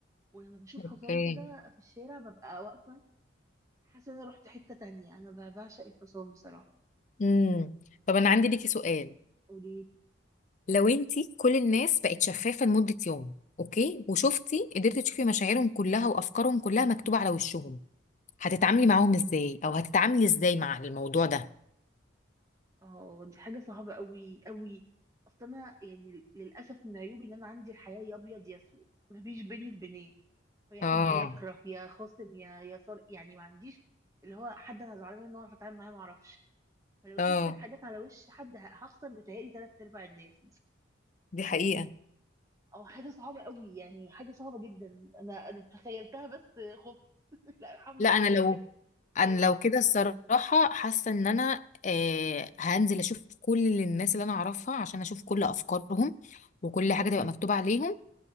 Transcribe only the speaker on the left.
اوكي
امم طب انا عندي ليكي سؤال
لو انت كل الناس بقت شفافة لمدة يوم اوكي وشفتي قدرتي تشوفي مشاعرهم كلها وافكارهم كلها مكتوبة على وشهم هتتعاملي معاهم ازاي او هتتعاملي ازاي مع الموضوع ده
اه
اه
دي حقيقة
لا
انا لو
انا
لو كده الصراحه حاسه ان انا آه هنزل اشوف كل الناس اللي انا اعرفها عشان اشوف كل افكارهم وكل حاجه تبقى مكتوبه عليهم